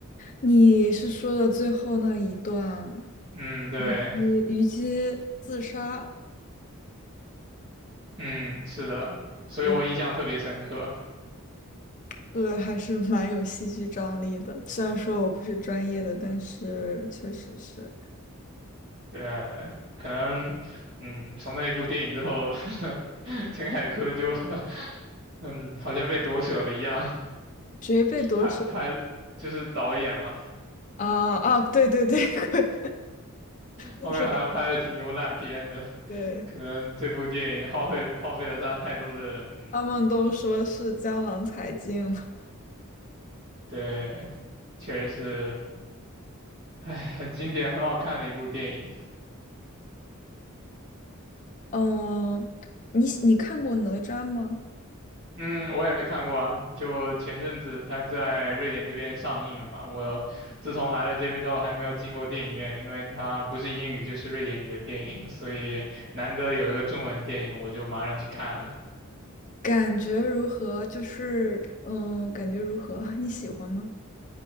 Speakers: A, on the left (about 35°); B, on the right (about 50°).
A: 你是说的最后那一段，
B: 嗯，对，
A: 你虞姬自杀，
B: 嗯，是的，所以我印象特别深刻。
A: 对对，还是 <laughs> 蛮有戏剧张力的。虽然说我不是专业的，但是确实是
B: 对啊，可能，嗯，从那一部电影之后，<laughs> 陈凯歌就，<laughs> 嗯，好像被夺舍了一样，
A: 谁被夺舍
B: 拍拍就是导演嘛，
A: 啊啊，对对对，<laughs>
B: 后面好像拍了挺多烂片的，
A: 就是对，
B: 可能这部电影耗费了耗费了他太多的，嗯，
A: 他们都说是江郎才尽了。
B: 对，确实是，哎，很经典，很好看的一部电影。
A: 嗯，你你看过哪吒吗？
B: 嗯，我也看过啊，就前阵子他在瑞典这边上映了嘛。我自从来了这边之后，还没有进过电影院，因为它不是英语就是瑞典语的电影，所以难得有一个中文电影，我就马上去看了。
A: 感觉如何？就是嗯，感觉如何？<laughs> 你喜欢吗